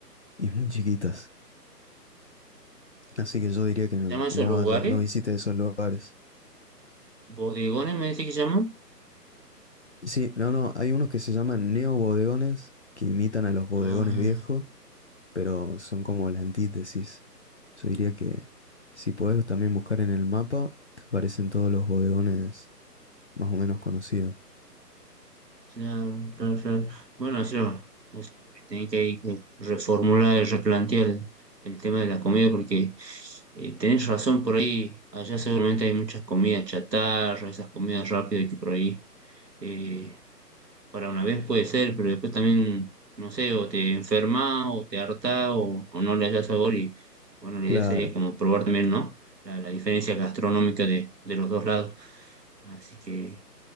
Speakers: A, on the left (about 45°); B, on the right (about 80°).
A: y muy chiquitas. Así que yo diría que
B: ¿Se
A: no
B: llaman esos
A: no
B: lugares?
A: vaya, no visite esos lugares.
B: ¿Bodegones me decís que llaman?
A: Sí, no, no, hay unos que se llaman neobodegones, que imitan a los bodegones
B: Ah.
A: viejos, pero son como la antítesis. Yo diría que si podés también buscar en el mapa, te aparecen todos los bodegones más o menos conocidos.
B: Claro, claro, claro. Bueno, yo, o sea, tenía que, ahí que reformular y replantear el, el tema de la comida porque eh, tenés razón por ahí, allá seguramente hay muchas comidas chatarra, esas comidas rápidas que por ahí eh, para una vez puede ser, pero después también, no sé, o te enfermas o te hartás o, o no le hallas sabor y bueno, la
A: Claro,
B: idea sería como probar también, ¿no? La, la diferencia gastronómica de, de los dos lados. Así que,